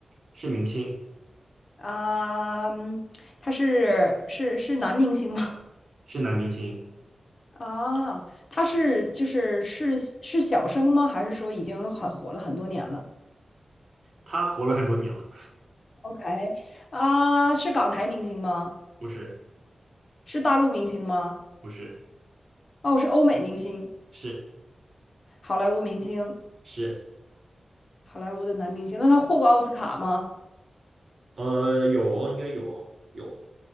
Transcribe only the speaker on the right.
是明星，
是男明星，
他活了很多年了。
不是，
不是，
是
是，
呃，有哦，应该有哦，有。